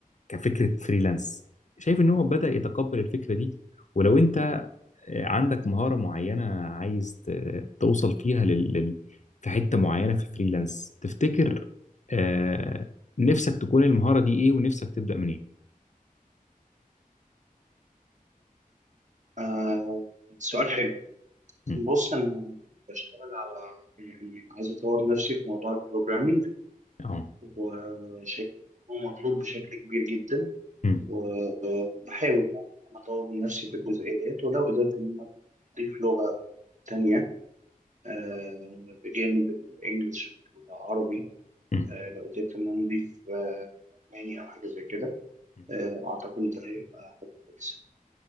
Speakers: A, on the left; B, on the right.
A: كفكرة فريلانس شايف ان هو بدأ يتقبل الفكرة دي ولو انت عندك مهارة معينة عايز ت- توصل فيها لل... لل- في حتة معينة في الفريلانس تفتكر آه... نفسك تكون المهارة دي ايه ونفسك تبدأ منين؟
B: آه، سؤال حلو
A: مم.
B: بص أنا بشتغل على يعني عايز أطور نفسي في موضوع البروجرامينج
A: اه
B: وشيء هو مطلوب بشكل كبير جدا
A: مم.
B: وبحاول أنا أطور من نفسي في الجزئية ديت ولو قدرت إن أنا أضيف لغة تانية آه، بجانب الإنجليش والعربي
A: مم.
B: آه، لو قدرت إن أنا أضيف آه، ألماني أو حاجة زي كده
A: مم.
B: آه، أعتقد إن ده هيبقى حاجة كويسة.